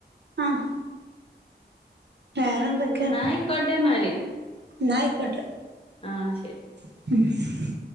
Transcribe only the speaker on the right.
ആഹ് വേറൊന്തൊക്കെ
ന്നായിക്കോട്ടെ
<inaudible>